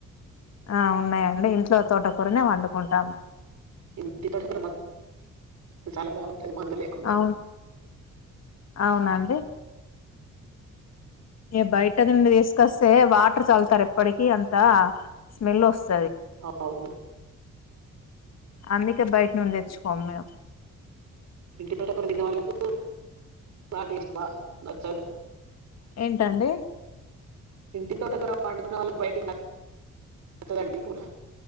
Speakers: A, on the left; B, on the right.
A: ఆ ఉన్నాయండి ఇంట్లో తోటకూరనే వండుకుంటాము
B: ఇంటి మొక్కలు చాలా బాగుంటది మందు లేకుండా
A: అవును అవునండి ఏ బయట నుండి తీసుకొస్తే వాటర్ చల్తారు ఎప్పటికి అంత స్మెల్ వస్త
B: అ అవును
A: అందుకే బయట నుండి తెచ్చుకోం మేము
B: ఇంటి తోటకూర తిన్న వాళ్లకు ఆ టెస్ట్ బా నచ్చదు
A: ఏంటండి
B: ఇంటి తోట కూర వండుకునే వాళ్ళకి బయటది నచ్చాదండి కూర